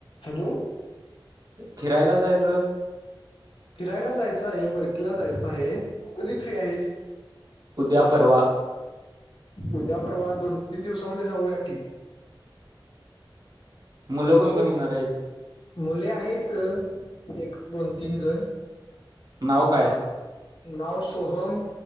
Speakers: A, on the left; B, on the right.
A: Hello!
B: फिरायला जायचं
A: फिरायला जायचं आहे बरकीला जायचं आहे तू कधी फ्री आहेस?
B: उद्या परवा
A: उद्या परवा दोन तीन दिवसामध्ये जाऊया की.
B: मुलं कोण
A: सो
B: कोण येणार आहेत?
A: मुले आहेत एक दोन तीन जण
B: नाव काय
A: आ नाव सोहम,